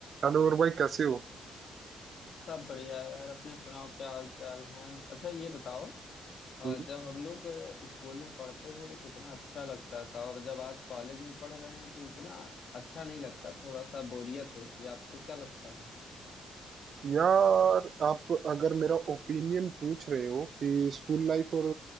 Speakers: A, on the right; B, on the left.
A: Hello और भाई कैसे हो
B: सब बढ़िया है यार अपने सुनाओ क्या हाल चाल है अच्छा ये बताओ अ,
A: हम्म,
B: जब हम लोग अ, स्कूल में पढ़ते थे तो कितना अच्छा लगता था और जब आज कॉलेज में पढ़ रहे हैं तो उतना अच्छा नहीं लगता थोड़ा सा बोरियत होती है आपको क्या लगता है
A: यार आप अगर मेरा ओपिनियन पूछ रहे हो कि स्कूल लाइफ और